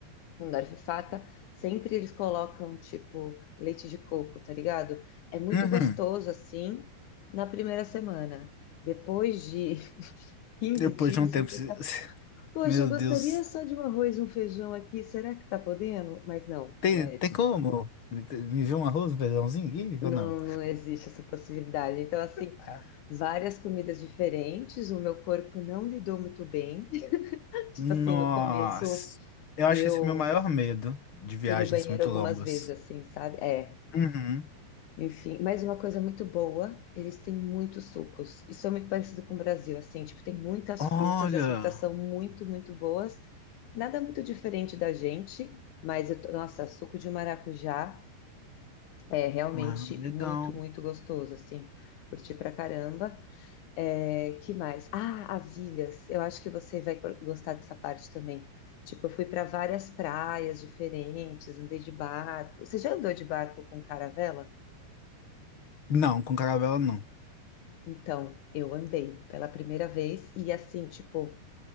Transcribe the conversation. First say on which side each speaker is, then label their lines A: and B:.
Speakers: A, on the left; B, on the left.
A: com garfo e faca, sempre eles colocam, tipo, leite de coco, tá ligado? É muito
B: Uhum.
A: gostoso, assim, na primeira semana. Depois de <laughs> 15
B: Depois
A: dias,
B: de um
A: você
B: tempo.
A: fica
B: se- <laughs>
A: Poxa,
B: Meu
A: eu gostaria
B: Deus.
A: só de um arroz e um feijão aqui. Será que tá podendo? Mas não,
B: Tem,
A: é
B: tem
A: tipo,
B: como? Me viu um arroz, um feijãozinho? Ih,
A: não,
B: ou não?
A: não existe essa possibilidade. Então, assim,
B: Ah,
A: várias comidas diferentes. O meu corpo não lidou muito bem. <laughs> Tipo
B: Nossa.
A: assim, no começo
B: Eu acho
A: eu
B: que esse é meu maior medo de viagens
A: fui no banheiro
B: muito
A: algumas
B: longas.
A: vezes, assim, sabe? É.
B: Uhum.
A: Enfim, mas uma coisa muito boa, eles têm muitos sucos. Isso é muito parecido com o Brasil, assim, tipo, tem muitas
B: Olha,
A: frutas, e as frutas são muito, muito boas. Nada muito diferente da gente, mas eu, tô- nossa, suco de maracujá é realmente
B: ah, legal.
A: muito, muito gostoso, assim. Curti pra caramba. É, que mais? Ah, as ilhas. Eu acho que você vai co- gostar dessa parte também. Tipo, eu fui para várias praias diferentes, andei de barco. Você já andou de barco com caravela?
B: Não, com caravela não.
A: Então, eu andei pela primeira vez e assim, tipo,